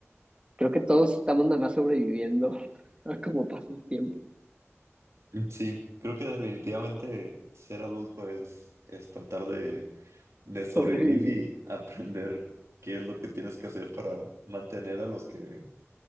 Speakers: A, on the right; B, on the right.
A: creo que todos estamos nada más sobreviviendo <laughs> a cómo pasa el tiempo.
B: Sí, creo que definitivamente ser adulto es, es tratar de, de sobrevivir
A: Sobrevivir,
B: y aprender qué es lo que tienes que hacer para mantener a los que,